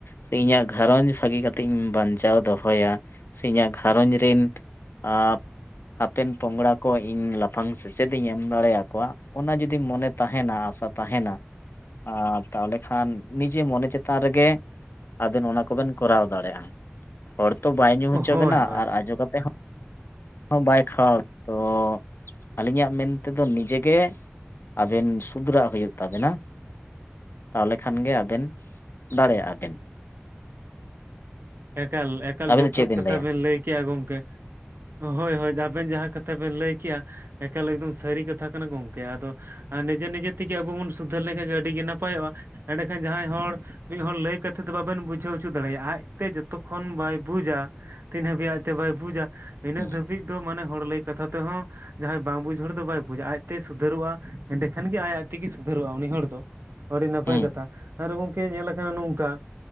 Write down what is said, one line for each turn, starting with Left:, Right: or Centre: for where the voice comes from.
Left: ᱥᱮ ᱤᱧᱟᱹᱜ ᱜᱷᱟᱨᱚᱸᱡᱽ ᱵᱷᱟᱹᱜᱤ ᱠᱟᱛᱤᱜ ᱵᱟᱧᱪᱟᱣ ᱫᱚᱦᱚᱭᱟ ᱥᱮ ᱤᱧᱟᱹᱜ ᱜᱷᱟᱨᱚᱸᱡᱽ ᱨᱤᱱ ᱟᱵ ᱦᱟᱯᱮᱱ ᱯᱚᱝᱲᱟ ᱠᱚ ᱤᱧ ᱞᱟᱯᱷᱟᱝ ᱥᱮᱪᱮᱫᱤᱧ ᱮᱢ ᱫᱟᱲᱮᱭᱟᱠᱚᱣᱟ ᱚᱱᱟ ᱡᱩᱫᱤ ᱢᱚᱱᱮ ᱛᱟᱸᱦᱮᱱᱟ, ᱟᱥᱟ ᱛᱟᱸᱦᱮᱱᱟ ᱟ, ᱛᱟᱦᱞᱮ ᱠᱷᱟᱱ ᱱᱤᱡᱮ ᱢᱚᱱᱮ ᱪᱮᱛᱟᱱ ᱨᱮᱜᱮ ᱟᱵᱮᱱ ᱚᱱᱟ ᱠᱚᱵᱮᱱ ᱠᱚᱨᱟᱣ ᱫᱟᱲᱮᱜ-ᱟ᱾ ᱦᱚᱲ ᱛᱚ ᱵᱟᱭ ᱧᱩ ᱦᱚᱪᱚᱵᱮᱱᱟ
Right: ᱦᱳᱭ ᱦᱳᱭ
Left: ᱟᱨ ᱟᱡᱚ ᱠᱟᱛᱮ ᱦᱚᱸ <inaudible> ᱦᱚᱸ ᱵᱟᱭ ᱠᱷᱟᱣᱟᱣ ᱛᱚ ᱟᱹᱞᱤᱧᱟᱜ ᱢᱮᱱᱛᱮᱫᱚ ᱱᱤᱡᱮᱜᱮ ᱟᱵᱮᱱ ᱥᱩᱫᱷᱨᱟᱹᱜ ᱦᱩᱭᱩᱜ ᱛᱟᱵᱮᱱᱟ᱾ ᱛᱟᱦᱞᱮ ᱠᱷᱟᱱ ᱜᱮ ᱟᱵᱮᱱ ᱫᱟᱲᱮᱭᱟᱜ-ᱟ ᱵᱮᱱ᱾
Right: ᱮᱠᱟᱞ ᱮᱠᱟᱞ
Left: ᱟᱵᱮᱱ
Right: ᱡᱚᱛᱷᱟᱛ
Left: ᱫᱚ ᱪᱮᱫ
Right: ᱠᱟᱛᱷᱟ
Left: ᱞᱟᱹᱭᱟ
Right: ᱵᱮᱱ ᱞᱟᱹᱭ ᱠᱮᱜ-ᱟ ᱜᱚᱝᱠᱮ᱾ ᱦᱳᱭ ᱦᱳᱭ, ᱡᱟ ᱟᱵᱮᱱ ᱡᱟᱦᱟᱸ ᱠᱟᱛᱷᱟ ᱵᱮᱱ ᱞᱟᱹᱭ ᱠᱮᱜ-ᱟ ᱮᱠᱟᱞ ᱮᱠᱫᱚᱢ ᱥᱟᱹᱨᱤ ᱠᱟᱛᱷᱟ ᱠᱟᱱᱟ ᱜᱚᱝᱠᱮ ᱟᱫᱚ ᱟ ᱱᱤᱡᱮ ᱱᱤᱡᱮ ᱛᱮᱜᱮ ᱟᱵᱚ ᱵᱚᱱ ᱥᱩᱫᱷᱟᱹᱨ ᱞᱮᱱᱠᱷᱟᱡ ᱜᱮ ᱟᱹᱰᱤᱜᱮ ᱱᱟᱯᱟᱭᱚᱜ-ᱟ᱾ ᱮᱸᱰᱮᱠᱷᱟᱱ ᱡᱟᱦᱟᱸᱭ ᱦᱚᱲ ᱢᱤᱫ ᱦᱚᱲ ᱞᱟᱹᱭᱠᱟᱛᱮ ᱫᱚ ᱵᱟᱵᱮᱱ ᱵᱩᱡᱷᱟᱹᱣ ᱦᱚᱪᱚ ᱫᱟᱲᱮᱭᱟ ᱟᱡᱛᱮ ᱡᱚᱛ ᱛᱚᱠᱷᱚᱱ ᱵᱟᱭ ᱵᱩᱡᱟ, ᱛᱤᱱ ᱦᱟᱹᱵᱤᱡ ᱟᱡᱛᱮ ᱵᱟᱭ ᱵᱩᱡᱟ ᱤᱱᱟᱹᱜ
Left: ᱦᱮᱸ
Right: ᱫᱷᱟᱹᱵᱤᱡ ᱫᱚ ᱢᱟᱱᱮ ᱦᱚᱲ ᱞᱟᱹᱭ ᱠᱟᱛᱷᱟ ᱛᱮᱦᱚᱸ ᱡᱟᱦᱟᱸᱭ ᱵᱟᱝ ᱵᱩᱡᱽ ᱦᱚᱲ ᱫᱚ ᱵᱟᱭ ᱵᱩᱡᱟ᱾ ᱟᱡᱛᱮᱭ ᱥᱩᱫᱷᱟᱹᱨᱚᱜ-ᱟ ᱮᱸᱰᱮᱠᱷᱟᱱ ᱜᱮ ᱟᱡ ᱟᱡ ᱛᱮᱜᱮ‌ ᱥᱩ ᱫᱷᱟᱹᱨᱚᱜ-ᱟ ᱩᱱᱤ ᱦᱚᱲ ᱫᱚ, ᱟᱹᱰᱤ ᱱᱟᱯᱟᱭ
Left: ᱦᱮᱸ
Right: ᱠᱟᱛᱷᱟ᱾ ᱟᱨ ᱜᱚᱝᱠᱮ ᱧᱮᱞ ᱠᱟᱱᱟ ᱱᱚᱝᱠᱟ,